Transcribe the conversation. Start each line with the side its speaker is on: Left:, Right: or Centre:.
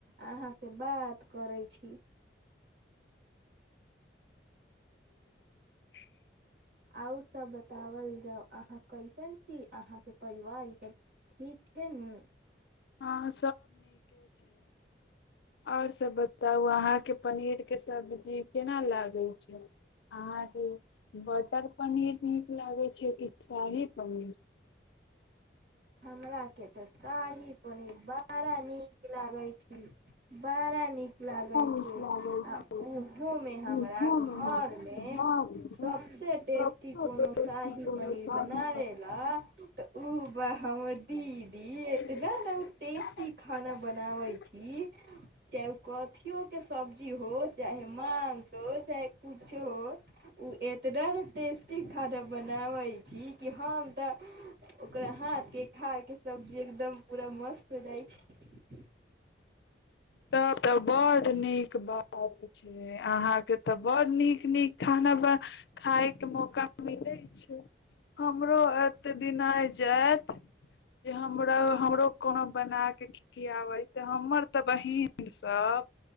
Right: अहाँसे बात करै छी
Left: <inaudible>
Right: आओर सब बतावल जाउ अहाँ कैसन छी अहाँके परिवार इ सब ठीक छैय न
Left: हँ आओर सब बताउ अहाँके पनीर के सब्जी केना लागै छैय अहाँ बटर पनीर नीक लागै छैय की शाही पनीर
Right: हमराके तऽ शाही पनीर बड़ा नीक लागै छी बड़ा नीक लागै
Left: नीक
Right: छै आ
Left: लागै छै
Right: ओहुमे हमरा
Left: इहो मे
Right: घरमे
Left: हमरा घर
Right: सभसे
Left: मे
Right: टेस्टी
Left: सबसे
Right: कोनो
Left: बेसी
Right: शाही
Left: कोनो
Right: पनीर
Left: शाही
Right: बनाबै ला तऽ उ बह हमर दीदी
Left: पनीर
Right: एतना न उ टेस्टी खाना बनाबै छी चाहे ओ कथियो के सब्जी हो चाहे मांस हो चाहे कुछो हो उ - एतना न टेस्टी खाना बनाबै छी की हम तऽ ओकरा हाथ के खाके सब्जी एकदम पूरा मस्त हो जाइ छी
Left: तब तऽ बड्ड नीक बात छैय अहाँके तऽ बड़ नीक नीक खाना ब खाइ के मौका मिलै छैय हमरो एते दिन आजायत जे हमरा हमरो कोनो बना के खियाबैत त हमर त बहिन सब